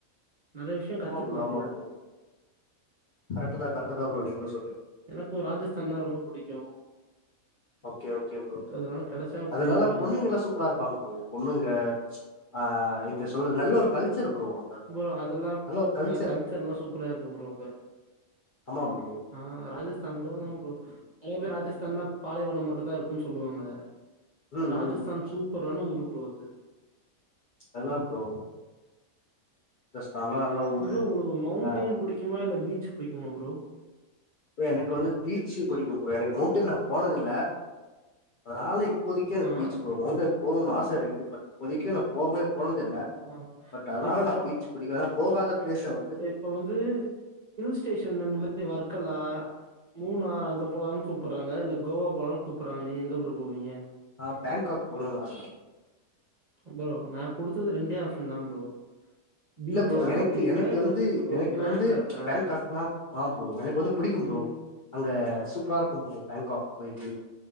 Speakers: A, on the right; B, on the left.
A: நெறைய விஷயம் கத்துக்கலாம்
B: ஆமா ப்ரோ ஆமா ப்ரோ கரெக்ட்டு தா கரெக்ட்டு தா ப்ரோ நீங்ளு சொல்றீங்க
A: எனக்கு ராஜஸ்தான்னா ரொம்ப புடிக்கு
B: ஓகே ஓகே ப்ரோ
A: அதனால கெடைச்சா
B: அது
A: போயிருவேன்
B: இல்லாம பொண்ணுங்கல்லா
A: தான்.
B: சூப்பரா இருப்பாங் ப்ரோ பொண்ணுங்க ஆ என் ன சொல்றது நல்ல ஒரு கல்ச்சர் ப்ரோ அந்தாண்ட
A: ப்ரோ அதெல்லாம்
B: நல்ல ஒரு கல்ச்சர்
A: அ கல்ச்சர்லாம் சூப்பரா இருக்கும் ப்ரோ அங்க.
B: ஆமா ப்ரோ
A: ஆ ராஜஸ்தான் <unintelligible> ப்ரோ நெறைய பேர் ராஜஸ்தான்னா பாலைவனம் மட்டுந்தா இருக்குன் சொல்லுவாங்க
B: ம்
A: ஆ ராஜஸ்தான்
B: ம்
A: சூப்பரான ஊரு ப்ரோ அது
B: அதா ப்ரோ ஜஸ்ட் நல்லா நல்ல ஒரு
A: ப்ரோ உங்களுக்கு மௌண்டைன்
B: ஆ
A: புடிக்குமா இல்ல பீச் புடிக்குமா ப்ரோ
B: ப்ரோ எனக் வந்து பீச்சு புடிக்கு ப்ரோ எனக் மௌண்டைன் நா போனதில்ல அதனால இப்போதிக்கு எனக்
A: ஆ.
B: பீச் ப்ரோ மௌண்டன் போணுன் ஆச இருக்கு பட் இப்போதிக்கு நா போவே போனதில்ல
A: ஆஹா.
B: பட் அதனால
A: இப்போ
B: நா பீச் புடிக்கு ஏனா போகாத ப்ளேஸ வந்து
A: இப்ப வந்து ஹில்ஸ் ஸ்டேஷன்ல இந்த மாரி ஒர்க்கல்லா மூணார் அங்க போலான் கூப்பட்றாங்க இல்ல கோவா போலான் கூப்பட்றாங்க நீங்க எங்க ப்ரோ போவீங்க
B: நா பேங்க்காக் போனுன் ஆசப்படுவே
A: ப்ரோ நா குடுத்தது ரெண்டே ஆப்ஷன் தா ப்ரோ பீச்சா?
B: இல்ல ப்ரோ எனக்கு
A: இல்ல
B: எனக்கு வந்து
A: ஓ
B: எனக்கு
A: பேங்காக்கா?
B: வந்து பேங்க்காக்னா ஆ ப்ரோ எனக் வந்து புடிக்கு ப்ரோ
A: ம்.
B: அங்க சூப்பரா இருக்கு ப்ரோ பேங்க்காக் போய்ட்டு